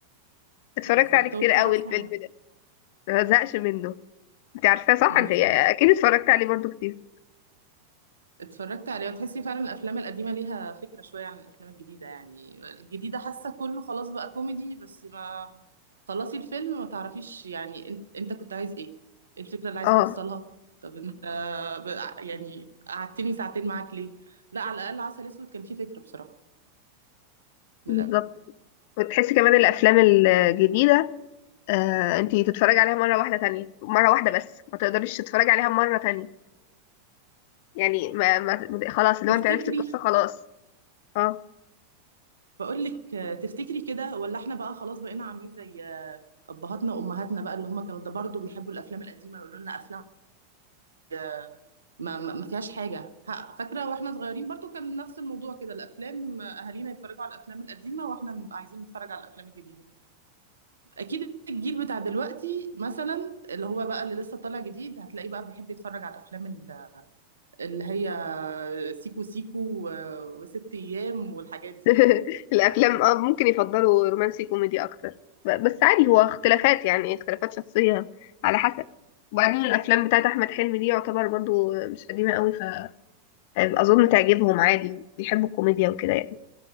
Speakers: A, on the left; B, on the right.
A: اتفرجت
B: بالظبط
A: عليه كتير
B: هو بصراحه
A: قوي الفيلم ده ما زهقش منه انت عارفاه صح؟
B: امم
A: انت اكيد اتفرجت عليه برضو كتير
B: اتفرجت عليه وتحسي فعلا الافلام القديمه ليها فكره شويه عن الافلام الجديده يعني الجديده حاسه كله خلاص بقى كوميدي بس ما خلصي الفيلم ما تعرفيش يعني انت, انت كنت عايز ايه ايه الفكره اللي عايز
A: اه
B: توصلها طب انت ب- يعني قعدتني ساعتين معاك ليه لا على الاقل عسل اسود كان فيه فكره بصراحه من
A: بالظبط وتحسي كمان الافلام الجديدة آه، انتي تتفرجي عليها مرة واحدة تانية مرة واحدة بس ما تقدريش تتفرجي عليها مرة تانية يعني ما, ما ما- خلاص لو
B: تفتكري
A: انت عرفتي القصة خلاص اه
B: بقول لك آه، تفتكري كده ولا احنا بقى خلاص بقينا عاملين زي آه، ابهاتنا وامهاتنا بقى اللي هم كانوا ده برضه بيحبوا الافلام القديمه يقولوا لنا افلام آه، ما ما ما فيهاش حاجه ها، فاكره واحنا صغيرين برضه كان نفس الموضوع كده الافلام آه، اهالينا يتفرجوا على الافلام القديمه واحنا نبقى عايزين نتفرج على الافلام الجديده اكيد الجيل بتاع دلوقتي مثلا اللي هو بقى اللي لسه طالع جديد هتلاقيه بقى بيحب يتفرج على الافلام ال- اللي هي سيكو سيكو و- وست ايام والحاجات دي
A: <laughs>
B: يعني.
A: الافلام اه ممكن يفضلوا رومانسي كوميدي اكتر ب- بس عادي هو اختلافات يعني اختلافات شخصية على حسب وبعدين الافلام بتاعت احمد حلمي دي يعتبر برضو مش قديمة قوي فاظن تعجبهم عادي بيحبوا الكوميديا وكده يعني